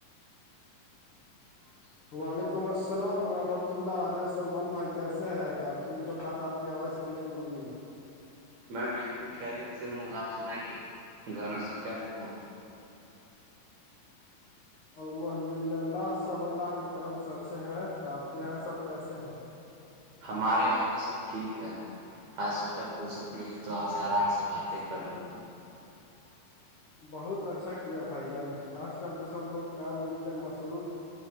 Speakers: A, on the right; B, on the left.
A: ووہ
B: وعلیکم السلام رحمت اللہ عرے سلمان بھائی کیسے ہیں کافی دیروں بعد آپ کی آواز سننے کو ملی
A: میں بالکل خیریت سے ہوں آپ سنائیے گھر میں سب کیسے ہیں
B: الحمد للہ سب اللہ کے کرم سے اچھے ہیں آپ کے یہاں سب کیسے ہیں
A: ہمارے یہاں بھی سب ٹھیک ہے ہاں سوچا فرصت ملی تو آپ سے آرام سے باتیں کر لوں
B: بہت اچھا کیا بھائی جان آج کل تو سب لوگ کام اتنے مصروف